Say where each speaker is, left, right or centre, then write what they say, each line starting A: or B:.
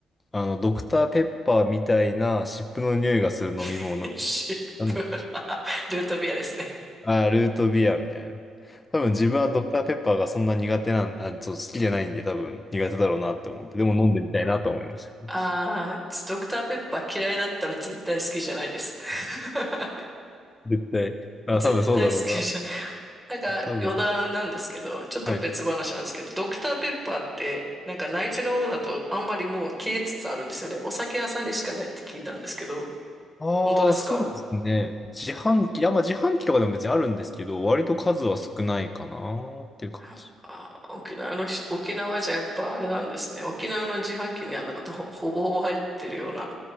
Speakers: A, on the left; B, in the centre.
A: あの、ドクターペッパーみたいな湿布の匂いがする飲み物。
B: <laughs> シップ。
A: なんだっけ。
B: <laughs> ルートビアですね。
A: あー、ルートビアみたいな。多分自分はドクターペッパーがそんな苦手なん、あ、そう、好きじゃないんで多分苦手だろうなって思って。でも飲んでみたいなと思いました。
B: ああー、ドクターペッパー嫌いだったら絶対好きじゃないです。<laughs>
A: 絶対。あ、
B: 絶対好きじゃん。
A: 多分そうだろうな。
B: なんか余談なんですけど、
A: 多分。
B: ちょっと別話なんですけど、
A: はい。
B: ドクターペッパーって、なんか内地の方だとあんまりもう消えつつあるんですよね。お酒屋さんにしかないって聞いたんですけど、
A: ああ、
B: 本当ですか
A: そうですね。自販機、あ、まあ自販機とかでも別にあるんですけど、割と数は少ないかなっていう感じ。
B: うんああ、沖縄のし、沖縄じゃやっぱあれなんですね。沖縄の自販機にはなんかほ、ほぼほぼ入ってるような